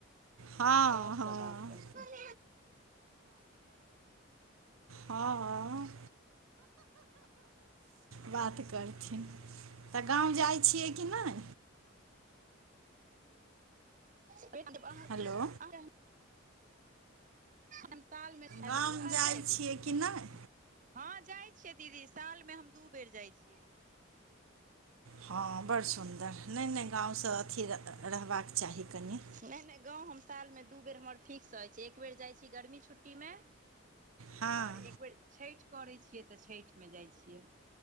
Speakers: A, on the right; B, on the right.
A: हँ
B: सभसँ
A: हँ
B: बात करतय
A: हँ हँ बात करथिन तऽ गाँव जाइ छियै कि नहि
B: फर आ
A: हेलो
B: आ हम सालमे हैेलो
A: गाम
B: आ
A: जाइ
B: जा
A: छियै
B: द <unintelligible>
A: कि नहि
B: हँ जाई छियै दीदी सालमे हम दू बेर जाई छियै
A: हँ बड़ सुन्दर नहि नहि गामवसँ अथी रहबाक चाही कनि
B: नहि नहि गाँव हम सालमे दू बेर हमर फिक्स अछि एक बेर जाई छी गर्मी छुट्टीमे
A: हँ
B: आओर एकबेर छठि करैत छियै तऽ छठिमे जाइत छियै